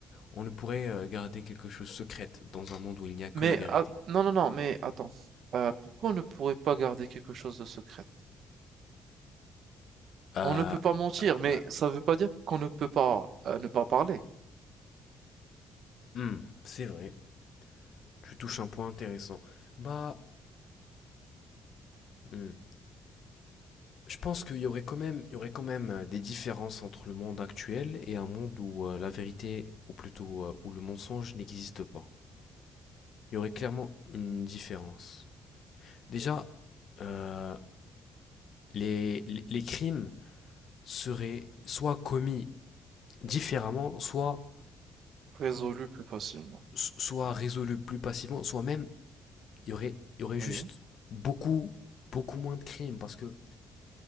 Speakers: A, on the left; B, on the right.
A: On ne pourrait euh, garder quelque chose secrète dans un monde où il n'y a que
B: Mais
A: la vérité.
B: ah, non, non, non, mais attends. Euh, pourquoi on ne pourrait pas garder quelque chose de secret?
A: Euh,
B: On ne peut pas mentir, mais
A: euh,
B: ça ne veut pas dire qu'on ne peut pas euh, ne pas parler.
A: hmm, c'est vrai, tu touches un point intéressant. Bah, hmm, je pense qu'il y aurait quand même, il y aurait quand même euh, des différences entre le monde actuel et un monde où euh, la vérité, ou plutôt euh, où le mensonge n'existe pas. Il y aurait clairement une différence. Déjà, euh, les, les, les crimes seraient soit commis différemment, soit,
B: Résolu plus facilement.
A: soit résolus plus passivement, soit même il y aurait, il y aurait
B: Oui.
A: juste beaucoup, beaucoup moins de crimes parce que